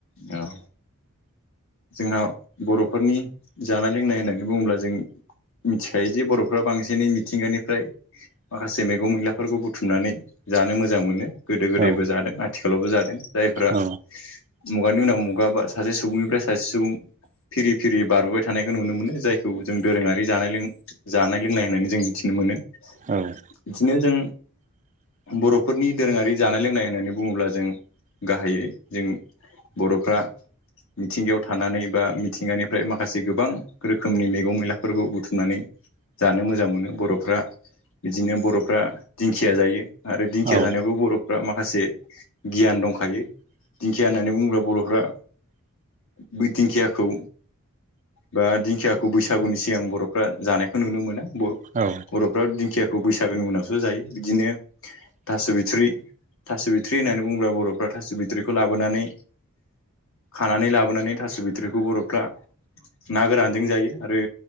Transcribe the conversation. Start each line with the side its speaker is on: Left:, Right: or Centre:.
Left: औ जोंहा बर'फोरनि जानाय - लोंनाय होननानै बुङोब्ला जों मिथिखायो जे बर'फ्रा बांसिनै मिथिंगानिफ्राय माखासे मैगं मैलाफोरखौ बुथुमनानै जानो मोजां मोनो गोदो गोदायबो
Right: औ
Left: जादों आथिखालावबो जादों जायफ्रा
Right: औ
Left: मुगानि उनाव मुगा सासे सुबुंनिफ्राय सासे सुबुं फिरि- फिरि बारबोबाय थानायखौ नुनो मोनो जायखौ जों दोरोङारि जानाय लों जानाय लोंनाय होननानै जों मिथिनो मोनो
Right: औ
Left: बिदिनो जों बर'फोरनि दोरोङारि जानाय - लोंनाय होननानै बुङोब्ला जों गाहायै जों बर'फ्रा मिथिंगायाव थानानै बा मिथिंगानिफ्राय माखासे गोबां रोखोमनि मैगं- मैलाफोरखौ बुथुमनानै जानो मोजां मोनो बर'फ्रा बिदिनो बर'फ्रा दिंखिया जायो आरो दिंखिया
Right: औ
Left: जानायावबो बर'फ फोरा माखासे गियान दंखायो दिंखिया होननानै बुङोब्ला बर'फ्रा बै दिंखियाखौ बा दिंखियाखौ बैसागुनि सिगां बर'फ्रा जानायखौ नुनो मोना
Right: औ
Left: बर'फ्रा दिंखियाखौ बैसागोनि उनावसो जायो बिदिनो थास' बिथ्रि थास' बिथ्रि होननानै बुङोब्ला बर'फ्रा थास' बिथ्रिखौ लाबोनानै खानानै लाबोनानै थास' बिथ्रिखौ बर'फ्रा ना गोरानजों जायो आरो